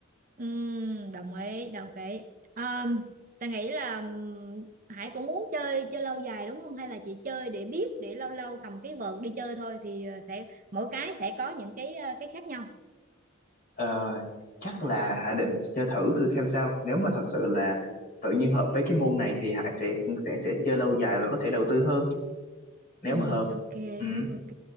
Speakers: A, on the right; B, on the left.
A: Ừm, đồng ý đồng ý um, ta nghĩ là ừm, Hải cũng muốn chơi chơi lâu dài đúng không hay là chị chơi để biết để lâu lâu cầm cái vợt đi chơi thôi thì ờ, sẽ mỗi cái sẽ có những cái ờ, cái khác nhau
B: Ờ, chắc là Hải định chơi thử thử xem sao nếu mà thật sự là tự nhiên hợp với cái môn này thì Hải sẽ sẽ sẽ chơi lâu dài và có thể đầu tư hơn nếu
A: Ừ,
B: mà hợp
A: ok
B: ừ
A: ok